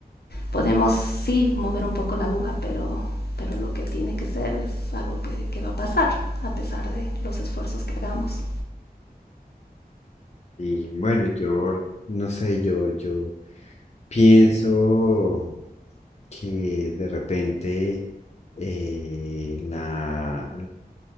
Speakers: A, on the left (about 80°); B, on the left (about 45°).
A: podemos, sí, mover un poco la aguja, pero, pero lo que tiene que ser es algo que, que va a pasar, a pesar de los esfuerzos que hagamos.
B: Y bueno, yo, no sé, yo, yo pienso que de repente eh, la,